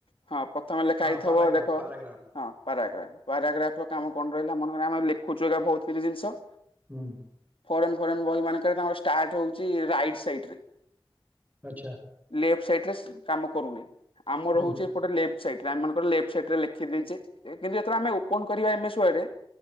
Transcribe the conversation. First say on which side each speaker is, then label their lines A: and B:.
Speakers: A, on the left (about 75°); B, on the right (about 20°).
A: ପ୍ରଥମେ ଲେଖା
B: ହଁ
A: ହେଇଥବ,
B: ପାରାଗ୍ରାଫ
A: ଦେଖ।
B: ପାରାଗ୍ରାଫ
A: ହଁ, ପାରାଗ୍ରାଫ ପାରାଗ୍ରାଫ ର କାମ କଣ ରହିଲା ମନେକର, ଆମେ ଲେଖୁଛୁ ଏକା ବହୁତ କିଛି ଜିନିଷ
B: ହୁଁ।
A: ଫରେନ୍ ଫରେନ୍ ବହି ମାନଙ୍କରେ ତାଙ୍କର ଷ୍ଟାର୍ଟ ହଉଛି, ରାଇଟ୍ ସାଇଡ ରେ।
B: ଆଚ୍ଛା।
A: ଲେଫ୍ଟ ସାଇଡ ରେ ସେ କାମ କରୁନି ଆମର
B: ହୁଁ
A: ହଉଚି ଏପଟେ ଲେ୍ଫଟ ସାଇଡରେ ଆମ ମାନଙ୍କର ଲେ୍ପ୍ ସେଠରେ ଲେଖି ଦେଇଛେ କିନ୍ତୁ ଏଥର ଆମେ ଓପନ କରିବା ଏମ ଏସ ୱାର୍ଡ